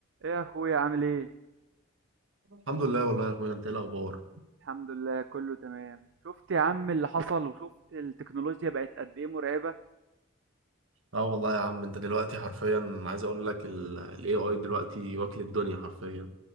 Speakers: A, on the right; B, on the right.
A: ايه يا اخويا عامل ايه
B: الحمد لله والله يا اخويا انت ايه الاخبار
A: الحمد لله كله تمام شفت يا عم اللي حصل وشفت التكنولوجيا بقت قد ايه مرعبة
B: اه والله يا عم انت دلوقتي حرفيا عايز اقول لك الاي اي دلوقتي واكل الدنيا حرفيا